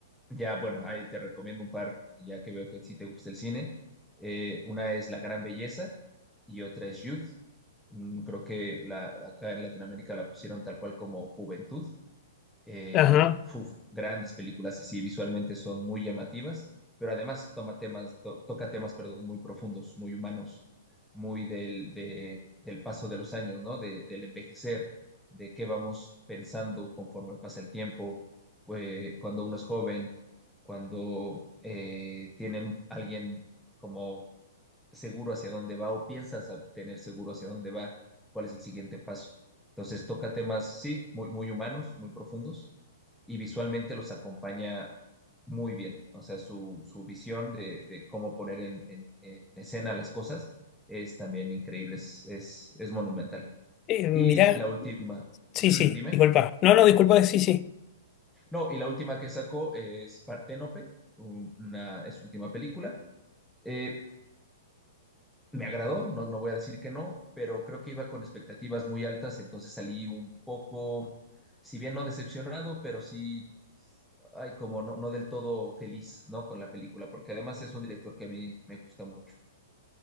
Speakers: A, in the centre; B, on the left (about 25°).
A: Ya, bueno, ahí te recomiendo un par, ya que veo que sí te gusta el cine. Eh, una es La Gran Belleza y otra es Youth. Mm, Creo que la, acá en Latinoamérica la pusieron tal cual como Juventud. eh,
B: Ajá.
A: uf, grandes películas así, visualmente son muy llamativas, pero además toma temas, to- toca temas, perdón, muy profundos, muy humanos, muy del, de- del paso de los años, ¿no? De- del envejecer, de qué vamos pensando conforme pasa el tiempo, eh, cuando uno es joven, cuando eh, tiene alguien como seguro hacia dónde va o piensas a tener seguro hacia dónde va, cuál es el siguiente paso. Entonces toca temas, sí, muy, muy humanos, muy profundos, y visualmente los acompaña muy bien. O sea, su, su visión de, de cómo poner en, en- en escena las cosas es también increíble, es, es, es monumental.
B: Eh, mirá,
A: Y la última,
B: sí,
A: <clears throat>
B: sí,
A: dime.
B: disculpa. No, no, disculpa, sí, sí.
A: No, y la última que sacó es Parténope, una, es su última película. Eh, Me agradó, no, no voy a decir que no, pero creo que iba con expectativas muy altas, entonces salí un poco, si bien no decepcionado, pero sí, ay, como no, no del todo feliz, ¿no? Con la película, porque además es un director que a mí me gusta mucho.